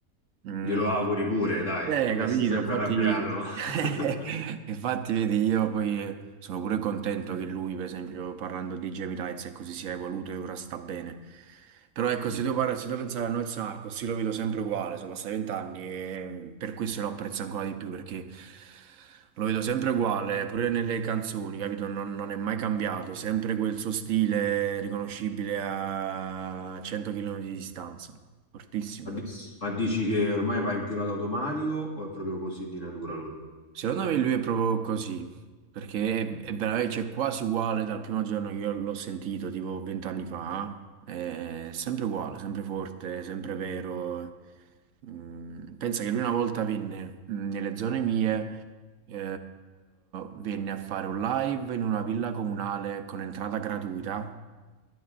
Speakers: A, on the right; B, on the left.
A: Mm.
B: Glielo auguri pure, dai,
A: Eh,
B: non
A: capito,
B: essere sempre
A: infatti,
B: arrabbiato.
A: <laughs>
B: <laughs>
A: infatti vedi, io poi eh, sono pure contento che lui, per esempio, parlando di Gemilaits, ecco, si sia evoluto e ora sta bene. Però ecco,
B: Mm.
A: se devo, par- se devo pensare a Noyz Narcos, io lo vedo sempre uguale, sono passati vent'anni e per questo lo apprezzo ancora di più, perché lo vedo sempre uguale, pure nelle canzoni, capito? Non, non è mai cambiato, sempre quel suo stile riconoscibile a 100 km di distanza, fortissimo.
B: Ma, di- ma dici che ormai va in pilota automatico o è proprio così di natura lui?
A: Secondo me lui è proprio così, perché
B: Mm.
A: è, è veramente, cioè, quasi uguale dal primo giorno che io l'ho sentito, tipo vent'anni fa, eh. è sempre uguale, sempre forte, sempre vero. Mm, pensa che lui una volta venne mm, nelle zone mie, eh, venne a fare un live in una villa comunale con entrata gratuita,